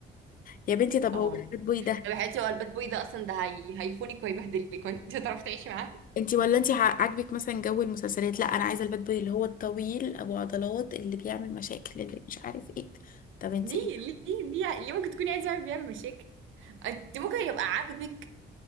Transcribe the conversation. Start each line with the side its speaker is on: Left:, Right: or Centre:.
Left: يا بنتي طب
Right: اه
Left: هو الباد بوي ده
Right: طب يا حياتي هو الباد بوي ده اصلا ده هي... هيخونك ويبهدلك وانت هتعرفي تعيشي معاه
Left: انتي ولا انتي ع- عاجبك مثلا جو المسلسلات لا انا عايزه الباد بوي اللي هو الطويل ابو عضلات اللي بيعمل مشاكل اللي مش عارف ايه طب انتي
Right: ليه
Left: ايه
Right: ليه ليه ليه ممكن تكوني عايزه واحد بيعمل مشاكل انت ممكن يبقى عاجبك